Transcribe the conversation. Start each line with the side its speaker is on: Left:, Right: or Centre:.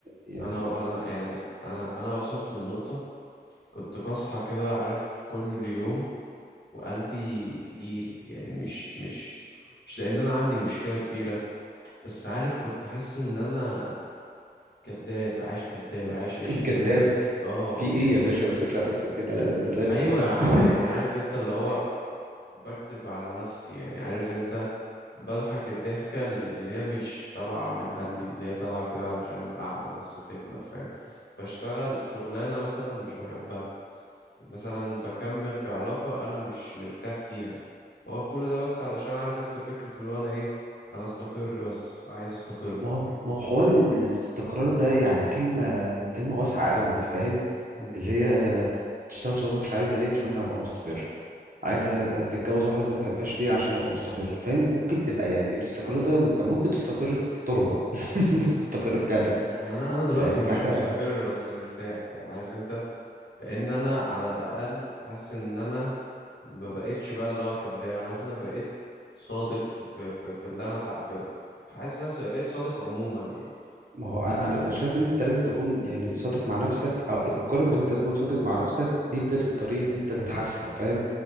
Right: يعني
Left: انا انا يعني انا انا وصلت النقطة كنت بصحى كده عارف كل يوم وقلبي تقيل يعني مش مش مش لأن أنا عندي مشكلة كبيرة بس عارف كنت حاسس إن أنا كداب عايش كداب عايش عيشة
Right: <laughs>
Left: كده
Right: كداب
Left: كده اه
Right: في ايه
Left: ك-
Right: يا باشا ما تقولش على نفسك كده لا ده انت زي الفل
Left: أيوة يا عم
Right: <laughs>
Left: يعني عارف أنت اللي هو بكدب على نفسي يعني عارف أنت بضحك الضحكة ال- اللي هي مش طالعة من قلبي اللي هي طالعة كده علشان القعدة بس تكمل فاهم بشتغل شغلانة مثلا مش بحبها مثلا بكمل في علاقة أنا مش مرتاح فيها هو كل ده بس علشان عارف أنت فكرة اللي هو أنا إيه أنا أستقر بس عايز أستقر
Right: ما هو ما هو حوار إن الاستقرار ده يعني كلمة كلمة واسعة قوي فاهم
Left: مم.
Right: اللي هي تشتغل شغلانة مش عايزة ليه عشان انا ابقى مستقر عايزة تتجوز واحدة انت ما بتحبهاش ليه عشان ابقى مستقر فاهم ممكن تبقى يعني الاستقرار ده ما انت ممكن تستقر في تربة <laughs>
Left: مم.
Right: ممكن تستقر في كفن
Left: يعني أنا أنا دلوقتي
Right: فاهم
Left: مش
Right: حاجة
Left: مستقر بس مرتاح يعني عارف أنت لأن أنا على الأقل حاسس إن أنا ما بقتش بقى اللي هو كداب أنا حاسس إن أنا بقيت صادق في في في, في اللي أنا ح... في... في- حاسس إن أنا بقيت صادق عموما يعني
Right: ما هو انا انا أنا شايف ان انت لازم تكون يعني صادق مع نفسك او مجرد ان انت تكون صادق مع نفسك دي بداية الطريق ان انت تتحسن فاهم